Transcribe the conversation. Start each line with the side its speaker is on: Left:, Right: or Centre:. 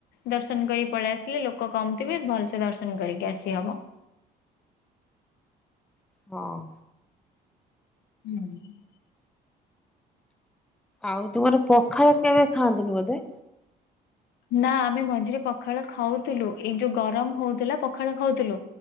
Left: ଦର୍ଶନ କରିକି ପଳେଇ ଆସିଲେ ଲୋକ କମଥିବେ ଭଲସେ ଦର୍ଶନ କରିକି ଆସିହବ।
Centre: ହଁ।
Left: ହୁଁ।
Centre: ଆଉ ତୁମର ପଖାଳ କେବେ ଖାଆନ୍ତିନି ବୋଧେ।
Left: ନା ଆମେ ମଝିରେ ପଖାଳ ଖାଉଥିଲୁ ଏଇ ଯୋଉ ଗରମ ହଉଥିଲା ପଖାଳ ଖାଉଥିଲୁ।